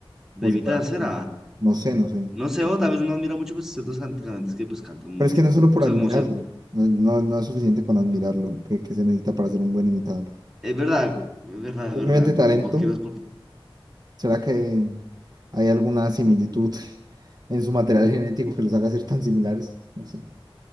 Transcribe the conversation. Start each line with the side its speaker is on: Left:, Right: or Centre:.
Centre: De
Right: como
Centre: imitar
Right: si fuera,
Centre: será.
Right: un- no sé, no sé.
Centre: No sé, o tal vez uno admira mucho pues ciertos can- cantantes que pues cantan mucho.
Right: Pero es que no
Centre: O
Right: es solo por
Centre: sea,
Right: admirarlo,
Centre: como si...
Right: no, no, no es suficiente con admirarlo, que, que se necesita para ser un buen imitador.
Centre: Es verdad, es verdad, es
Right: Simplemente
Centre: verdad.
Right: talento,
Centre: Como por qué los,
Right: ¿será que hay alguna similitud en su material genético que los haga ser tan similares? No sé.